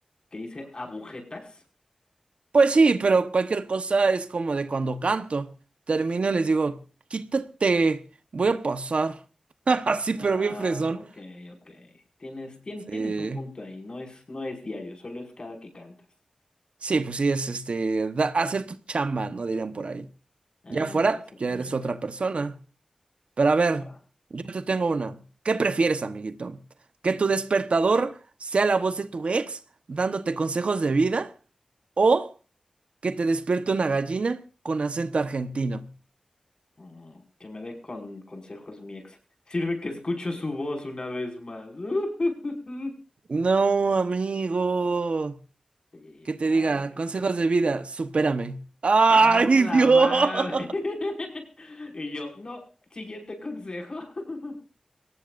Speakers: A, on the left; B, on the right.
A: que dice agujetas.
B: Pues sí, pero cualquier cosa es como de cuando canto. Termino y les digo, quítate, voy a pasar. <laughs> Así,
A: Ah,
B: pero bien fresón.
A: ok, ok. Tienes, tien-
B: Sí.
A: tienes un punto ahí, no es, no es diario, solo es cada que cantas.
B: Sí, pues sí, es este, da- hacer tu chamba, no dirían por ahí.
A: Ándale,
B: Ya afuera,
A: exactamente.
B: ya eres otra persona. Pero a ver,
A: Va.
B: yo te tengo una. ¿Qué prefieres, amiguito? ¿Que tu despertador sea la voz de tu ex dándote consejos de vida? ¿O que te despierte una gallina con acento argentino?
A: Mm, que me dé con consejos mi ex. Sirve que escucho su voz una vez más. <laughs>
B: No, amigo.
A: Sí,
B: Que te
A: claro
B: diga,
A: que
B: consejos
A: sí.
B: de vida, supérame. ¡Ay,
A: ¡Ah, la
B: Dios!
A: madre!
B: <laughs>
A: <laughs> Y yo, no, siguiente consejo. <laughs>